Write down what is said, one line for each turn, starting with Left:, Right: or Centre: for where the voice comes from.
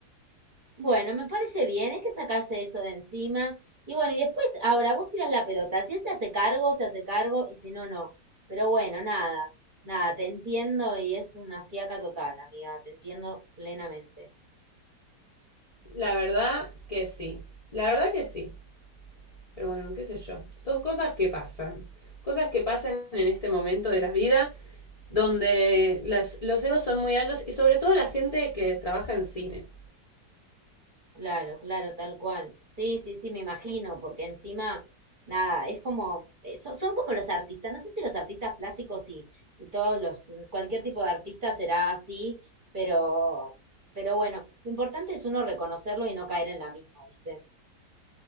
Right: Bueno, me parece bien, hay que sacarse eso de encima. Y bueno, y después, ahora vos tirás la pelota, si él se hace cargo, se hace cargo, y si no, no. Pero bueno, nada, nada, te entiendo y es una fiaca total, amiga, te entiendo plenamente.
Left: La verdad que sí. La verdad que sí. Pero bueno, qué sé yo. Son cosas que pasan. Cosas que pasan en este momento de la vida donde las, los egos son muy altos y sobre todo la gente que trabaja en cine.
Right: Claro, claro, tal cual. Sí, sí, sí, me imagino, porque encima, nada, es como, eh, son, son como los artistas, no sé si los artistas plásticos y, y todos los, cualquier tipo de artista será así, pero, pero bueno, lo importante es uno reconocerlo y no caer en la misma, ¿viste?